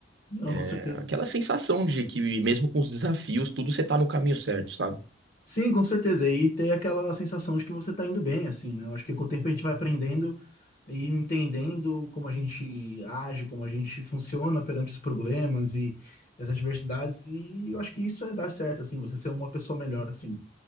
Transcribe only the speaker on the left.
Não, com
certeza.
Sim, com certeza. E tem aquela sensação de que você está indo bem, assim, né? Eu acho que com o tempo a gente vai aprendendo e entendendo como a gente age, como a gente funciona perante os problemas e as adversidades, e eu acho que isso é dar certo, assim, você ser uma pessoa melhor, assim.